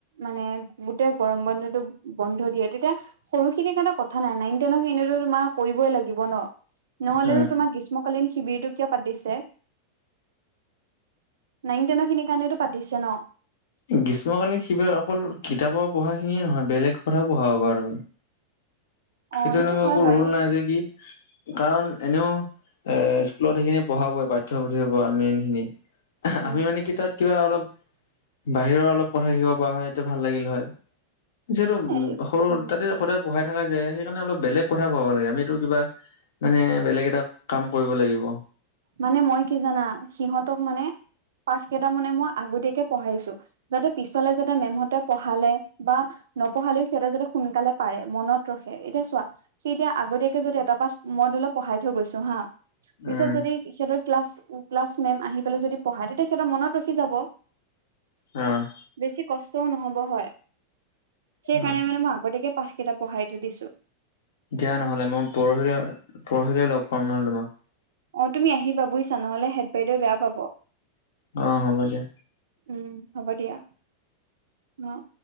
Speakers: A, on the right; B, on the left.
A: মানে গোটেই গৰম বন্ধটো ব-বন্ধ দিয়ে, তেতিয়া সৰুখিনিৰ কাৰণে কথা নাই। নাইন-টেনৰ খিনি এনেওতো তোমাৰ কৰিবই লাগিব ন। নহলেনো
B: উম
A: তোমাক গ্ৰীষ্মকালীন শিবিৰটো কিয় পাতিছে। নাইন-টেনৰ খিনিৰ কাৰণেটো পাতিছে ন।
B: গ্ৰীষ্ম কালীন শিবিৰ অকল কিতাপৰ পঢ়া খিনিয়ে নহয়, বেলেগ কথা পঢ়াব পাৰো।
A: অ
B: সেইটো এনেকুৱা
A: হয়
B: একো ৰোল
A: বাৰু
B: নাই যে কি, কাৰণ এনেও এ স্কুলত সেইখিনি পঢ়াবই পাঠ্যপুথিৰ পৰা, মেইন খিনি।
A: উম
B: আমি মানে কি তাত কিবা অলপ বাহিৰৰ অলপ কথা শিকিব পৰা হয়, এইটো ভাল লাগিল হয়। যিহেতু উম,
A: এই
B: সৰু
A: উম
B: তাতে সদায় পঢ়াই থকা যায়, সেইকাৰণে অলপ বেলেগ কথা পঢ়াব লাগে আমিতো কিবা মানে বেলেগ এটা কাম কৰিব লাগিব।
A: মানে মই কি জানা, সিহঁতক মানে পাঠ কেইটা মানে মই আগতীয়াকে পঢ়াইছো। যাতে পিছলে যাতে মেমহঁতে পঢ়ালে বা নপঢ়ালেও সিহঁতে যাতে সোনকালে পাৰে, মনত ৰখে, এতিয়া চোৱা সি এতিয়া আগতীয়াকে যদি এটা পাঠ, মই ধৰিল পঢ়াই থৈ গৈছো হা। পিছত
B: উম
A: যদি সিহঁতৰ ক্লাছ, ক্লাছ মেম আহি পেলাই যদি পঢ়ায়, তেতিয়া সিহঁতৰ মনত ৰখি যাব।
B: অহ'।
A: বেছি কষ্টও নহ'ব হয়। সেইকাৰণে
B: অ
A: মানে মই আগতীয়াকে পাঠকেইটা পঢ়াই থৈ দিছোঁ।
B: দিয়া নহ'লে মই পৰহিলৈ, পৰহিলৈ লগ পাম নহ'লে তোমাক।
A: অ তুমি আহিবা বুজিছা, নহ'লে হেড বাইদেৱে বেয়া পাব।
B: অ' হ'ব দিয়া।
A: উম, হ'ব দিয়া, ন'।